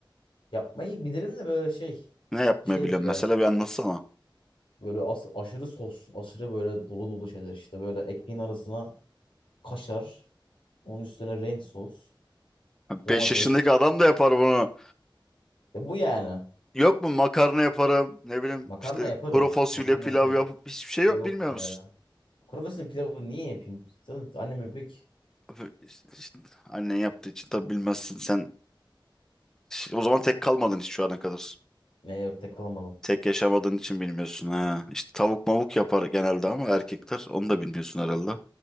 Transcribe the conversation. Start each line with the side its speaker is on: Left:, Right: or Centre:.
Left: yapmayı bilirim de böyle şey
Centre: Ne yapmayı
Left: şey
Centre: biliyorsun
Left: böyle
Centre: mesela bir anlatsana.
Left: Böyle as aşırı sos, aşırı böyle dolu dolu şeyler işte. Böyle ekmeğin arasına kaşar, onun üstüne renk sos, domates.
Centre: 5 yaşındaki adam da yapar bunu.
Left: E bu yani.
Centre: Yok mu makarna yaparım ne bileyim
Left: Makarna
Centre: işte
Left: yaparım.
Centre: kuru fasulye
Left: Makarna
Centre: pilav
Left: yapıyorum.
Centre: yapıp hiçbir şey yok
Left: Yok
Centre: bilmiyor
Left: ya.
Centre: musun?
Left: Kuru fasulye pilavı niye yapayım? Zaten annem yapıyor ki.
Centre: Öf, işte işte Annen yaptığı için tabii bilmezsin sen. O zaman tek kalmadın hiç şu ana kadar.
Left: Ne yok tek kalmadım.
Centre: Tek yaşamadığın için bilmiyorsun ha. İşte tavuk mavuk yapar genelde ama erkekler. Onu da bilmiyorsun herhalde.